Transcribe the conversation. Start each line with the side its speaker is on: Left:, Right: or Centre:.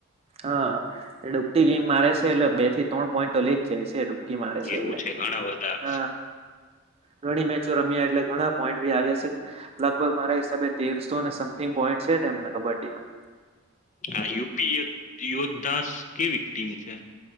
Right: હા, એ ડૂબટી ગેમ મારે છે એટલે બે થી ત્રણ પોઈન્ટો લઈ જ જાય છે ડૂબટી મારે છે
Left: એવું
Right: એટલે,
Left: ઘણા બધા
Right: હ, ઘણી મેચો રમ્યા એટલે ઘણા પોઈન્ટ ભી આવ્યા છે લગભગ મારા હિસાબે તેરસો અને સમથિંગ પોઈન્ટ છે તેમના કબડ્ડીમા
Left: આ યુપી યોધદાસ કેવી ટીમ છે